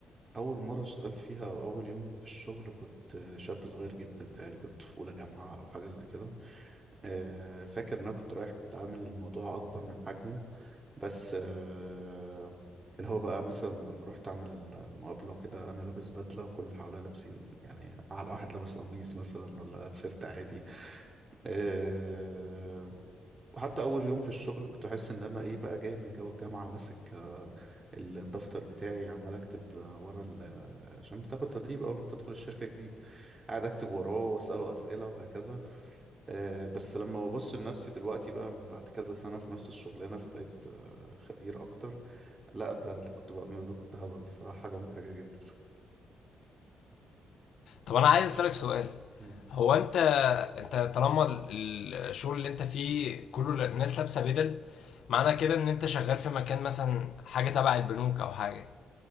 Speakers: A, on the right; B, on the left.
A: اول مره اشتغلت فيها او اول يوم في الشغل كنت آه، شاب صغير جدا تهيألي كنت في اولى جامعه او حاجه زي كده آه، فاكر ان انا كنت رايح كنت عامل الموضوع اكبر من حجمه بس آه، اللي هو بقى مثلا لما رحت اعمل ال- المقابله وكده انا لابس بدله وكل اللي حواليا لابسين يعني اعلى واحد لابس قميص مثلا ولا تيشيرت عادي آه، وحتى اول يوم في الشغل كنت احس ان انا ايه بقى جاي من جو الجامعه ماسك آه، الدفتر بتاعي عمال اكتب آه، ورا ال- آه، عشان بتاخد تدريب اول ما بتدخل الشركه جديد قاعد اكتب وراه واساله اسئله وهكذا آه، بس لما ببص لنفسي دلوقتي بقى من بعد كذا سنه في نفس الشغلانه فبقيت آه، خبير اكتر لا ده اللي كنت بعمله ده كنت هبل بصراحه حاجه محرجه جدا
B: طب انا عايز اسألك سؤال
A: <laughs>
B: هو انت انت طالما ال- ال- الشغل اللي انت فيه كل الناس لابسه بدل معنى كده ان انت شغال في مكان مثلا حاجه تبع البنوك او حاجه